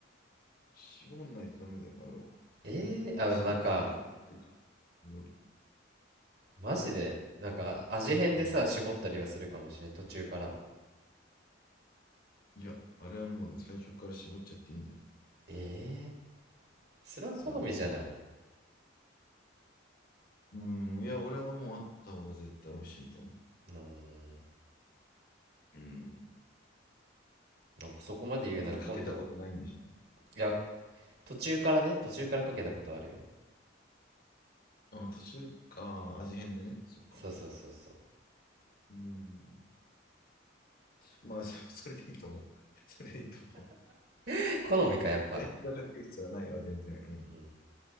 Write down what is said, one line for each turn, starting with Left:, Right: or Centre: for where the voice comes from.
Left: 絞んないとダメだよ、あれは。
Right: えー、あでもなんか
Left: 絞ってかけてか料理。
Right: マジでなんかあ味変でさ絞ったりはするかもしれん途中から
Left: うん。いや、あれはもうね、最初から絞っちゃっていいんだよ。
Right: えー、それは好みじゃない
Left: 実は。うん、いや、俺はもうあった方が絶対美味しいと思
Right: うーん
Left: う。うん。
Right: なんかそこまで言うなら今度
Left: だってかけたことないんでしょ。
Right: いや途中からね途中からかけたことあるよ
Left: あ、途中か、味変でね。そっか。
Right: そうそうそうそ
Left: うん。まあ、そ <laughs> それでいいと思う。<laughs> それでいいと思う。
Right: う <laughs> 好みかやっぱ
Left: 最初からかける必要はないわ、全然。う
Right: うん